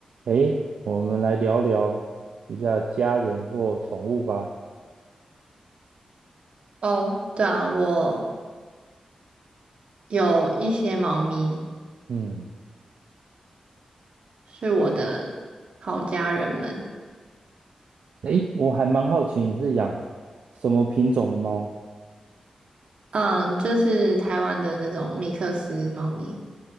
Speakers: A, on the right; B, on the right.
A: 诶，我们来聊聊一下家人或宠物吧。
B: 哦，对啊，我有一些猫咪
A: 嗯，
B: 是我的好家人们，
A: 诶，我还蛮好奇你是养什么品种的猫？
B: 嗯，就是台湾的那种米克斯猫咪，